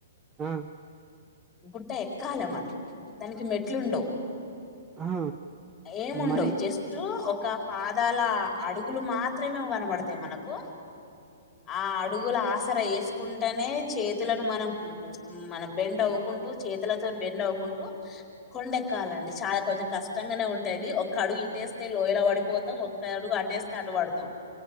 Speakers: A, on the right (about 15°); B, on the left (about 15°).
A: ఆహ
B: గుట్ట ఎ కాల మనం దానికి మెట్లుండవు
A: ఆ
B: ఏముండడువు
A: మరి
B: జస్ట్ ఒక పాదాల అడుగులు మాత్రమే కనబడతాయి మనకు ఆ అడుగుల ఆసర వేసుకుంటేనే చేతులను మనం మనం బెండ్ అవవుకుంటూ చేతులతో బెండ్ అవకుంటూ కొండెక్కాలండి చాలా కొంచెం కష్టంగానే ఉంటాది ఒ అడుగు ఇటేస్తే లోయల పడిపోతాం ఒక్క అడుగు అటేస్తే అట పడతాం